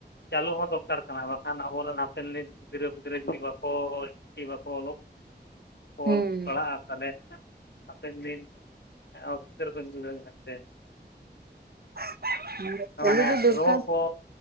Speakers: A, on the left; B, on the right.
A: ᱪᱟᱹᱞᱩ ᱦᱚᱸ ᱫᱚᱨᱠᱟᱨ ᱠᱟᱱᱟ ᱵᱟᱠᱷᱟᱱ ᱟᱵᱚᱨᱮᱱ ᱦᱟᱯᱮᱱ ᱫᱤᱱ ᱜᱤᱫᱽᱨᱟᱹ ᱯᱤᱫᱽᱨᱟᱹ ᱡᱩᱫᱤ ᱵᱟᱠᱚ ᱚᱞᱪᱤ ᱵᱟᱠᱚ ᱚᱞᱚᱜ᱾
B: ᱦᱩᱸ᱾
A: ᱚᱞ ᱯᱟᱲᱦᱟᱜᱼᱟ ᱛᱟᱦᱚᱞᱮ ᱦᱟᱯᱮᱱ ᱫᱤᱱ ᱚᱥᱩᱵᱤᱫᱟ ᱨᱮᱠᱚ ᱧᱩᱨᱦᱩ ᱫᱟᱲᱮᱼᱟ ᱥᱮ
B: <unintelligible>
A: ᱢᱟᱱᱮ
B: ᱫᱚ ᱫᱚᱨᱠᱟᱨ
A: ᱨᱚᱲ ᱠᱚ